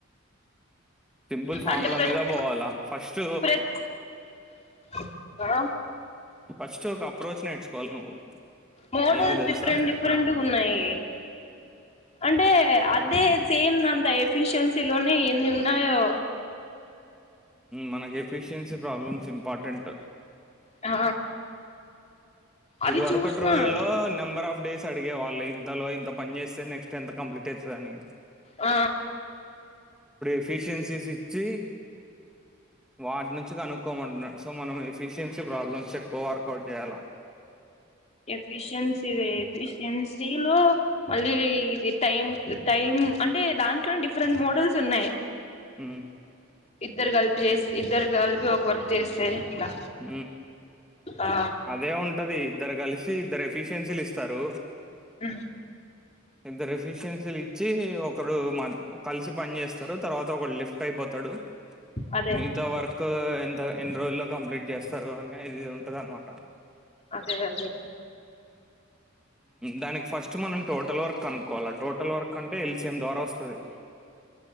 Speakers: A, in the centre; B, on the left.
A: సింపుల్ ఫామ్ల
B: అంటే ప్రతి
A: మీద పోవాలా ఫస్ట్
B: ప్రతి ఆ
A: ఫస్ట్ ఫస్ట్ ఒక అప్రోచ్ నేర్చుకోవాలి నువ్వు
B: మోడల్స్
A: ఏంది తెలుసా
B: డిఫరెంట్ డిఫరెంట్ ఉన్నాయి అంటే అదే సేమ్ అంత ఎఫిషియన్సీ లోనే ఎన్ని ఉన్నాయో
A: మనకి ఎఫిషియన్సీ ప్రాబ్లమ్స్ ఇంపార్టెంట్
B: ఆ అవి
A: ఇది వరూకటి
B: చూసిన
A: రోజులో నెంబర్ ఆఫ్ డేస్ అడిగేవాళ్ళు ఇంతలో ఇంత పని చేస్తే నెక్స్ట్ ఎంత కంప్లీట్ అవుతుందిని
B: ఆ
A: ఎఫిషియన్సీస్ ఇచ్చి వాటి నుంచి కనుక్కోమంటు సో మనం ఎఫిషియన్సీ ప్రాబ్లమ్స్ ఎక్కువ వర్కౌట్ చేయాల
B: ఎఫిషియన్సీ ఎఫిషియన్సీ ఎఫిషియన్సీలో మళ్ళీ ఇది టైం టైం అంటే దాంట్లోనే డిఫరెంట్ మోడల్స్ ఉన్నాయి
A: ఉమ్
B: ఇద్దరు కలిపి చేస్త ఇద్దరు కలిపి ఒక వర్క్ చేస్తే ఇట్లా
A: హ
B: ఆ
A: అదే ఉంటది ఇద్దరు కలిసి ఇద్దరు ఎఫిషియన్సీలు ఇస్తారు
B: ఆ
A: ఇద్దరు ఎఫిషియన్సీలు ఇచ్చి ఒకరు కలిసి పని చేస్తారు తర్వాత ఒకరు లిఫ్ట్ అయిపోతు అతడు
B: అదే
A: మిగతా వర్క్ ఎంత ఎన్ని రోజుల్లో కంప్లీట్ చేస్తారు అనే అది ఇది ఉంటది అనమాట
B: అదే అదే
A: దానికి ఫస్ట్ మనం టోటల్ వర్క్ అనుకోవాలా టోటల్ వర్క్ అంటే ఎల్సిఎం ద్వారా వస్తుంది